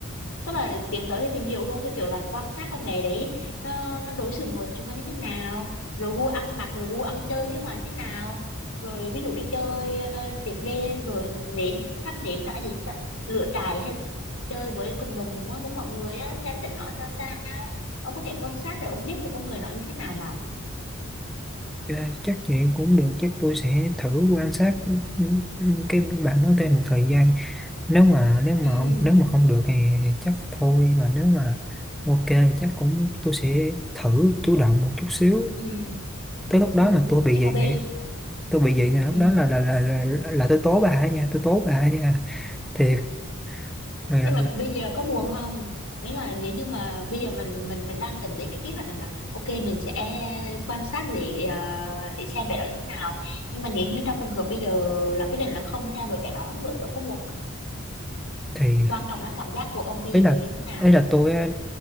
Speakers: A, on the left; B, in the centre.
A: tức là tiến tới để tìm hiểu luôn theo kiểu là quan sát con bé đấy nó nó đối xử mọi người xung quanh như thế nào rồi gu ăn mặc rồi gu ăn chơi phía ngoài thế nào rồi ví dụ đi chơi ờ, tiệc đêm rồi nến thắp nến là gì chứ là lửa trại hay là chơi với cộng đồng á, với mọi người á, xem tình nó ra sao ông có thể quan sát để ông biết được con người nó như thế nào mà
B: Ờ, chắc vậy cũng được chắc tôi sẽ thử quan sát ừ, ừ, cái bạn đó thêm một thời gian nếu mà nếu mà
A: ừ
B: không nếu mà không được thì chắc thôi mà nếu mà ok thì chắc cũng tôi sẽ thử chủ động một chút xíu
A: ừ
B: tới lúc đó
A: ừ
B: mà tôi bị
A: nhưng
B: vậy
A: mà bi
B: thì tôi bị vậy thì lúc
A: ừ
B: đó là là là là, là tôi tố bà ấy nha tôi tố bà ấy nha thiệt mà
A: nhưng mà bây giờ có buồn không đấy là nếu như mà bây giờ mình mình mình đang tính đến cái kế hoạch rằng là ok mình sẽ quan sát để ờ, để xem bé đó như thế nào nhưng mà nếu như trong trường hợp bây giờ là quyết định là không theo đuổi bé đó nữa thì ông có buồn không
B: thì
A: quan trọng là cảm giác của ông bây
B: ý
A: giờ
B: là
A: như thế nào
B: ý là tôi á,